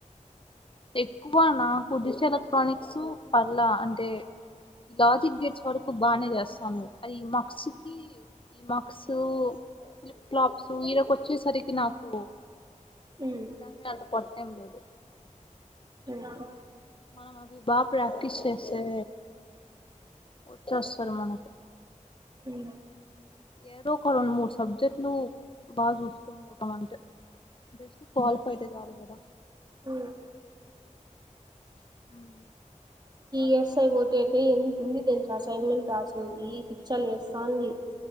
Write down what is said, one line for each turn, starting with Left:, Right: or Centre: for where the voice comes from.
Left: ఎక్కువనా కుద్దిసె ఎలక్ట్రానిక్స్ పర్లా అంటే ఈ లాజిక్ గేట్స్ వరకు బానే చేస్తాను అది ఈ మక్సు కి ఈ మక్సు ఫ్లిప్ ఫ్లాప్సు ఈడకి వచ్చేసరికి నాకు
Right: ఉమ్
Left: దానిమీద అంత ప ఏం లేదు
Right: ఉమ్
Left: మనం అవి బా ప్రాక్టీస్ చేసే వచ్చేస్తరు మనం
Right: ఉమ్
Left: ఏదో ఒక రెండు మూడు సబ్జెక్టులు బా చూసుకని పోతాం అంతే జస్ట్ క్వాలిఫై అయితే చాలు కదా
Right: ఉమ్
Left: ఉమ్
Right: ఈఎస్ఐ బోతే తే ఏ ఎన్ని తెల్సా అసైన్మెంట్ రాసేది పిచ్చ లేస్తాంది